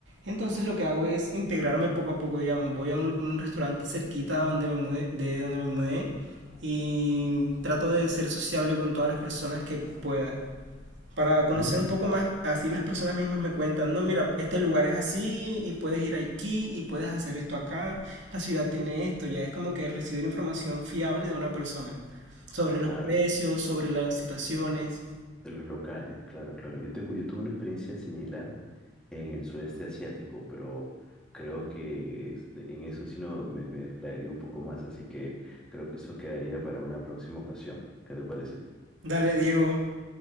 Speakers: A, on the right; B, in the centre.
A: Entonces lo que hago es integrarme poco a poco, digamos, voy a un, un restaurante cerquita donde me mudé, de donde me mudé y trato de ser sociable con todas las personas que pueda para conocer
B: mm,
A: un poco más, así las personas mismas me cuentan, no, mira, este lugar es así y puedes ir aquí y puedes hacer esto acá, la ciudad tiene esto, ya es como que recibir información fiable de una persona sobre los
B: claro.
A: precios, sobre las situaciones.
B: De los locales, claro, claro. Yo tengo, yo tuve una experiencia similar en el sudeste asiático, pero creo que es de- en eso sí no me, me desplayaría un poco más, así que creo que eso quedaría para una próxima ocasión. ¿Qué te parece?
A: Dale, Diego,